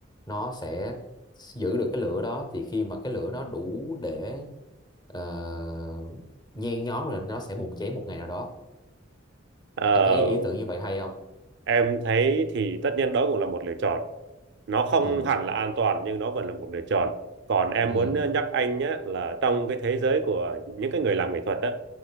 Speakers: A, on the left; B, on the right.
A: nó sẽ giữ được cái lửa đó thì khi mà cái lửa nó đủ để ờ, nhen nhóm rồi nó sẽ bùng cháy một ngày nào đó
B: Ờ,
A: em thấy ý tưởng như vậy hay không
B: Em thấy thì tất nhiên đó cũng là một lựa chọn. Nó không
A: ừ
B: hẳn là an toàn nhưng nó vẫn là một lựa chọn. Còn em
A: ừ
B: muốn ờ, nhắc anh nhé là trong cái thế giới của những cái người làm nghệ thuật á,